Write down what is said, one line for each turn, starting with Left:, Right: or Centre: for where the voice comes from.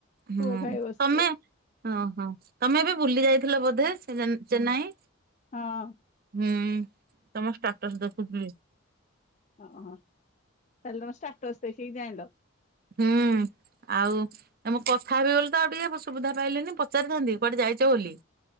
Right: ହୁଁ,
Left: ପୁଅ ଖାଇ ବସିଛି।
Right: ତମେ? ହଁ ହଁ ତମେ ଏବେ ବୁଲି ଯାଇଥିଲ ବୋଧେ ସେ ଚେନ୍ନାଇ?
Left: ହଁ
Right: ହୁଁ, ତମ ଷ୍ଟାଟସ୍ ଦେଖୁଥିଲି।
Left: ଓହ ତାହେଲେ ତମେ ତାଷ୍ଟସ ଦେଖି ଜାଣିଲ?
Right: ହୁଁ ଆଉ ତମ କଥା ହେବି ଗଲେ ତ ଆଉ ଟିକେ ସୁବିଧା ପାଇଲେନି ପଚାରିଥାନ୍ତି କୁଆଡେ ଯାଇଛ ବୋଲି?